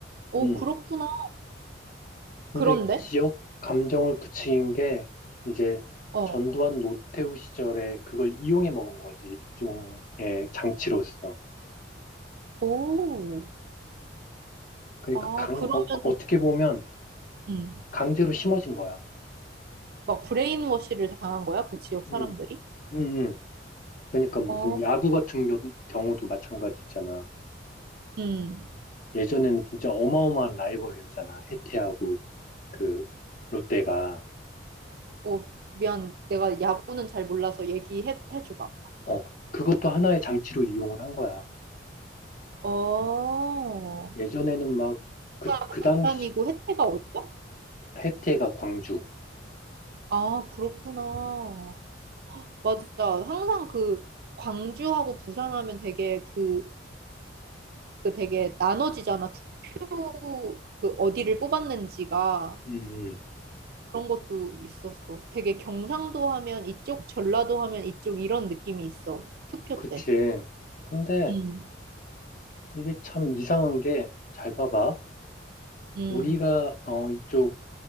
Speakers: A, on the right; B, on the left.
A: 오,
B: 음.
A: 그렇구나.
B: 근데
A: 그런데?
B: 지역 감정을 부추긴 게 이제
A: 어,
B: 전두환 노태우 시절에 그걸 이용해 먹은 거지. 일종의 장치로서.
A: 오.
B: 그러니까
A: 아,
B: 강,
A: 그러면,
B: 어, 어떻게 보면
A: 음.
B: 강제로 심어진 거야.
A: 막 브레인워시를 당한 거야? 그 지역 사람들이?
B: 음. 음. 음. 그러니까 무슨
A: 어,
B: 야구 같은 겨- 경우도 마찬가지잖아.
A: 음.
B: 예전에는 진짜 어마어마한 라이벌이었잖아. 해태하고. 그 롯데가
A: 어, 미안. 내가 야구는 잘 몰라서 얘기해 줘 봐.
B: 어 그것도 하나의 장치로 이용을 한 거야.
A: 어,
B: 예전에는 막 그
A: 루프란이고
B: 그 당시
A: 혜태가 어디야?
B: 해태가 광주.
A: 아, 그렇구나. 맞아. 항상 그 광주하고 부산하면 되게 그, 그 되게 나눠지잖아. 투표 그 어디를 뽑았는지가
B: 음, 음.
A: 그런 것도 있었어. 되게 경상도 하면 이쪽, 전라도 하면 이쪽 이런 느낌이 있어. 투표
B: 그치.
A: 때.
B: 근데
A: 음.
B: 이게 참 이상한 게 잘 봐봐.
A: 음,
B: 우리가 어 이쪽